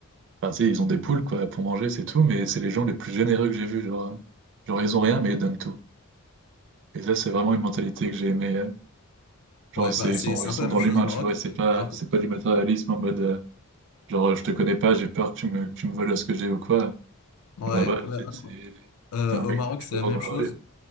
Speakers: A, on the right; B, on the left.
A: Enfin, tu sais, ils ont des poules, quoi, pour manger, c'est tout. Mais c'est les gens les plus généreux que j'ai vus. Genre, euh, genre, ils ont rien, mais ils donnent tout. Et ça, c'est vraiment une mentalité que j'ai aimée. euh, Genre,
B: Ouais,
A: c'est,
B: bah
A: ils
B: c'est
A: sont,
B: c'est
A: ils
B: un
A: sont
B: peu la
A: dans
B: même chose
A: l'humain,
B: au Maroc.
A: tu vois, c'est pas,
B: Alors que,
A: c'est pas du matérialisme en mode, euh, genre, euh, je te connais pas, j'ai peur que tu me, que tu me voles ce que j'ai ou quoi.
B: ouais,
A: Genre, Là-bas,
B: ouais,
A: c'est,
B: alors,
A: c'est-
B: euh,
A: c'était un
B: au
A: mec
B: Maroc,
A: que tu
B: c'est
A: vas
B: la
A: voir
B: même
A: dans
B: chose.
A: la rue.